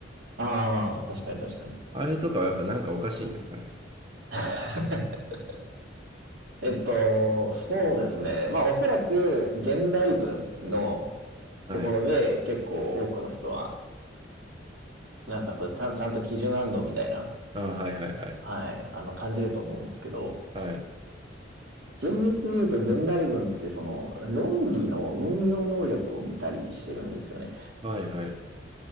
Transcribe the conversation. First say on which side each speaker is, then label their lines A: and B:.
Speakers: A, on the right; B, on the right.
A: ああ、確かに確かに。
B: あれとかはやっぱなんかおかしいんですかね。
A: <laughs> えっと、そうですね。まあ、おそらく現代文の
B: はい。
A: ところで結構多くの人はなんかそれちゃん、ちゃんと基準あんのみたいな、
B: ああ、はいはいはい。
A: はい、あの、感じると思うんですけど、
B: はい。
A: 厳密に言うと現代文ってその論理の運用能力を見たりしてるんですよね。
B: はいはい。